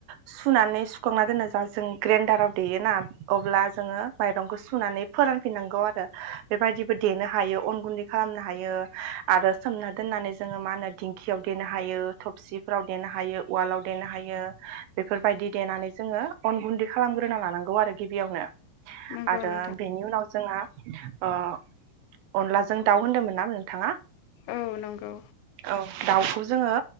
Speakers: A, on the right; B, on the left.
A: सुनानै सुखांना दोनो जा जों ग्रेन्डाराव देयोना अब्ला जोङो माइरंखौ सुनानै फोरानफिननांगौ आरो बेबायदिबो देनो हायो अन गुन्दै खालामनो हायो आरो सोमना दोननानै जोङो मा होनो दिंखियाव देनो हायो थबसि। फोराव देनो हायो उवालाव देनो हायो। बेफोरबायदि देनानै। जोङो अन गुन्दै खालामग्रोना लानांगौ आरो गिबियावनो
B: नंगौ
A: आरो
B: नोंथां
A: बेनि उनाव जोंहा ओ अनलाजों दाउ होनदोंमोन ना नोंथाङा
B: औ नंगौ
A: औ दाउखौ जोङो